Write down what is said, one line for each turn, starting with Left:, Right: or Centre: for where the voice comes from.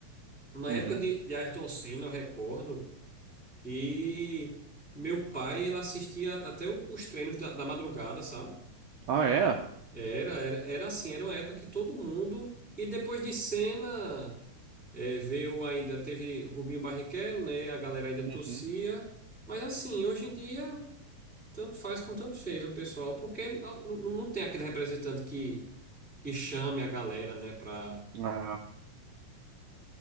Centre: um Na
Right: uhum.
Centre: época de, de Ayrton Senna, eu recordo que meu pai, ele assistia até os treinos da, da madrugada, sabe?
Right: Ah, é?
Centre: Era, era, era assim, era uma época que todo mundo. E depois de Senna, eh, veio ainda, teve Rubinho Barrichello, né? A galera ainda
Right: Uhum.
Centre: torcia. Mas assim, hoje em dia, tanto faz como tanto fez o pessoal, porque não, não não tem aquele representante que, que chame a galera, né, pra
Right: Ah,